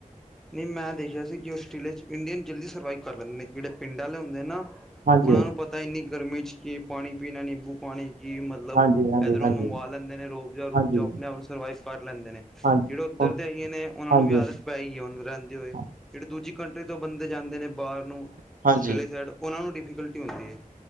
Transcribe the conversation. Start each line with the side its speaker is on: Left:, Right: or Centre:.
Centre: ਨਈ ਮੈਂ ਦੇਖਿਆ ਸੀ ਕੀ ਆਸਟ੍ਰੇਲੀਆ ਚ ਇੰਡੀਅਨ ਜਲਦੀ ਸਰਵਾਈਵ ਕਰ ਲੈਂਦੇ ਨੇ, ਜੇੜੇ ਪਿੰਡ ਆਲੇ ਹੁੰਦੇ ਨਾ
Right: ਹਾਂਜੀ,
Centre: ਉਨਾਂ ਨੂੰ ਪਤਾ ਇੰਨੀ ਗਰਮੀ ਚ ਕੀ ਪਾਣੀ ਪੀਣਾ, ਨਿੰਬੂ ਪਾਣੀ। ਕੀ ਮਤਲਬ
Right: ਹਾਂਜੀ, ਹਾਂਜੀ,
Centre: ਇਧਰੋਂ
Right: ਹਾਂਜੀ, ਹਾਂਜੀ,
Centre: ਮੰਗਵਾ ਲੈਂਦੇ ਨੇ, ਰੋਬਜਾ ਰੂਬਜਾ
Right: ਹਾਂਜੀ,
Centre: ਆਪਣੇ ਆਪ ਨੂੰ ਸਰਵਾਈਵ ਕਰ ਲੈਂਦੇ ਨੇ।
Right: ਹਾਂਜੀ।
Centre: ਜੇੜ੍ਹੇ ਉੱਧਰ
Right: ਹਾਂਜੀ,
Centre: ਦੇ ਹੈਗੇ ਨੇ, ਓਨਾ
Right: ਹਾਂਜੀ,
Centre: ਨੂੰ ਵੀ ਆਦਤ ਪੈਗੀ ਹੁਣ ਦੇ ਹੋਏ,
Right: ਹਾਂ
Centre: ਜੇੜੇ ਦੂਜੀ ਕੰਟਰੀ ਤੋਂ ਬੰਦੇ ਜਾਂਦੇ ਨੇ ਬਾਰ ਨੂੰ
Right: ਹਾਂਜੀ,
Centre: ਆਸਟ੍ਰੇਲੀਆ ਸੈਡ ਉਨਾਂ ਨੂੰ ਡਿਫੀਕਲਟੀ ਹੁੰਦੀ ਐ।